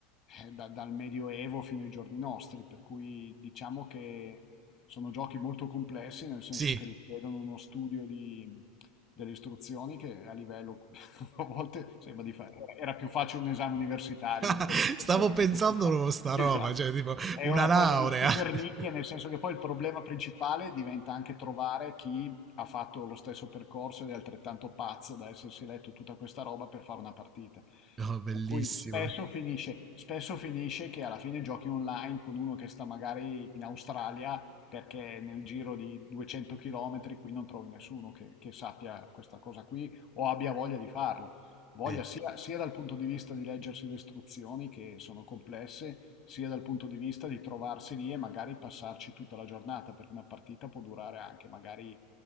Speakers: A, on the left (about 45°); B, on the right (about 25°).
A: eh, da- dal Medioevo fino ai giorni nostri, per cui diciamo che sono giochi molto complessi, nel senso
B: Sì,
A: che richiedono uno studio di- delle istruzioni che a livello, <laughs> a volte sembra di fare, era più facile un esame universitario
B: <laughs>
A: di quelli che facevo,
B: stavo pensando
A: di questi qua.
B: a sta
A: Esatto.
B: roba, cioè tipo
A: È
B: una
A: una
B: laurea.
A: cosa di super
B: <laughs>
A: nicchia, nel senso che poi il problema principale diventa anche trovare chi ha fatto lo stesso percorso ed è altrettanto pazzo da essersi letto tutta questa roba per fare una partita.
B: No, bellissimo.
A: Per cui spesso finisce, spesso finisce che alla fine giochi online con uno che sta magari in Australia perché nel giro di 200 km qui non trovi nessuno che, che sappia questa cosa qui o abbia voglia di farla. Voglia
B: Sì,
A: sia, sia dal punto di vista di leggersi le istruzioni che sono complesse, sia dal punto di vista di trovarsi lì e magari passarci tutta la giornata, perché una partita può durare anche magari